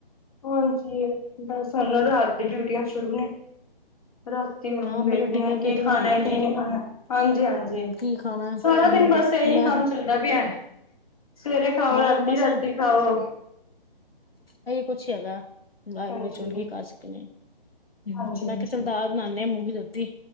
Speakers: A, on the left; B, on the left.
A: ਹਾਂਜੀ, ਬਸ ਸਾਨੂੰ ਰਾਤ ਦੀ ਡਿਊਟੀਆਂ ਸ਼ੁਰੂ ਨੇ ਰਾਤ ਤੇ ਹੁਣ
B: ਹਾਂ ਮਤਲਬ
A: ਵੇਖਦੇ
B: ਡਿਨਰ
A: ਹਾਂ
B: ਵੀ
A: ਕੀ
B: ਤੇ ਬਣਾਣਾ
A: ਖਾਣਾ
B: ਹੀ
A: ਕਿ
B: ਹੈ
A: ਨਹੀਂ ਖਾਣਾ ਹਾਂਜੀ- ਹਾਂਜੀ
B: ਕੀ ਖਾਣਾ
A: ਸਾਰਾ
B: ਹਮ
A: ਦਿਨ ਬਸ ਇਹੀ
B: ਮੈਂ
A: ਕੰਮ ਚੱਲਦਾ ਪਿਆ, ਸਵੇਰੇ ਖਾਓ
B: ਹਾਂ
A: ਰਾਤੀ,
B: ਬਸ
A: ਰਾਤੀ
B: ਇਹੀ
A: ਖਾਓ।
B: ਇਹੀ ਕੁੱਛ ਹੈਗਾ, ਬਾਅਦ
A: ਹਾਂਜੀ
B: ਵਿੱਚ ਹੁਣ ਕੀ ਕਰ ਸਕਦੇ ਆ ਹਮ
A: ਹਾਂਜੀ।
B: ਮੈਂ ਕਿਹਾ ਚੱਲ ਦਾਲ ਬਣਾਣੇ ਆ ਮੂੰਗੀ ਧੋਤੀ